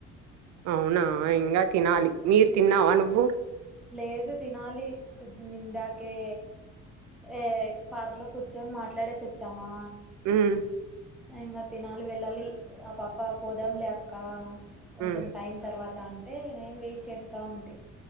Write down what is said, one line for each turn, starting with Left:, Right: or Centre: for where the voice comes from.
Right: అవునా ఇంగ తినాలి మీరు తిన్నావా నువ్వు
Centre: లేదు తినాలి ఇందాకే ఏ పార్క్ లో కూర్చొని మాట్లాడేసి వచ్చామా
Right: మ్
Centre: ఇంగ తినాలి వెళ్ళాలి ఆ పాప పోదాం లే అక్క కొంచెం
Right: మ్మ్
Centre: టైం తర్వాత్ త అంటే నేను వెయిట్ చేస్తా ఉంటి